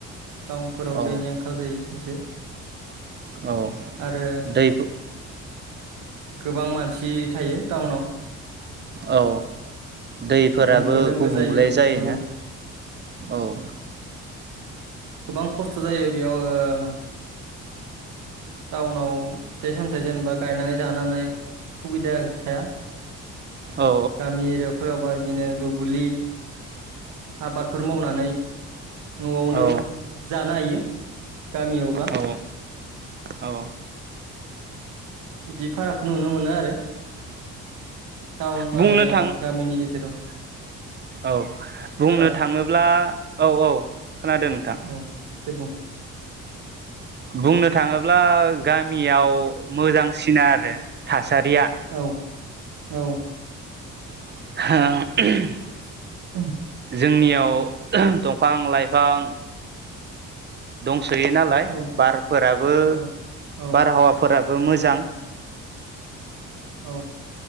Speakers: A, on the right; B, on the right.
A: टाउनफोराव
B: औ
A: दैनि आंखाल जायो एसे।
B: औ
A: आरो
B: दैफो
A: गोबां मानसि थायो टाउनाव।
B: औ। दैफोराबो
A: होंगो दोंगो
B: गुबुंले
A: जायो
B: जायोना?
A: औ
B: औ। <inaudible>
A: गोबां खस्थ' जायो बेयाव ओ टाउनाव फिथाइ सामथाइ जेनेबा गायनानै जानानै हुबिदा थाया।
B: औ
A: गामि एरियाफोराबाय इदिनो दुबुलि आबादफोर मावनानै न'आवनो
B: औ
A: जानो हायो गामियावबा
B: औ औ।
A: बिदि पाराकखौ नुनो मोनो आरो। टाउन
B: बुंनो
A: आरो
B: थां
A: गामिनि गेजेराव।
B: औ बुंनो
A: र'
B: थांङोब्ला औ औ खोनादों नोंथां।
A: औ दे बुं
B: बुंनो थांङोब्ला गामियाव मोजांसिन आरो थास सारिया।
A: औ औ
B: होम
A: <unintelligible>
B: जोंनियाव दंफां लाइफां दंसोयो नालाय
A: औ
B: बारफोराबो
A: औ औ
B: बारहावाफोराबो। बो मोजां
A: औ